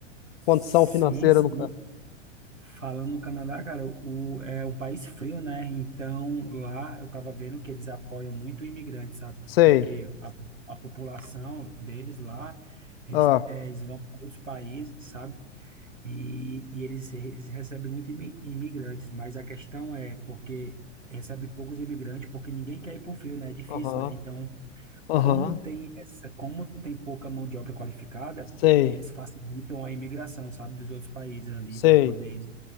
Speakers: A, on the right (about 85°); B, on the left (about 50°).
A: sim,
B: condição financeira
A: sim.
B: nunca.
A: Falando no Canadá, cara, o é um país frio, né? Então lá eu tava vendo que eles apoiam muito o imigrante, sabe?
B: Sei.
A: Porque a, a população deles lá eles,
B: Ah.
A: eh, eles vão para outros países, sabe? E, e eles, eles recebem muito imi- imigrantes, mas a questão é porque recebe poucos imigrantes, porque ninguém quer ir para o frio, né? É difícil,
B: Aham.
A: né? Então,
B: Aham.
A: como tem essa, como tem pouca mão de obra qualificada,
B: Sei.
A: eles facilitam a imigração, sabe, dos outros países ali
B: Sei.
A: para poder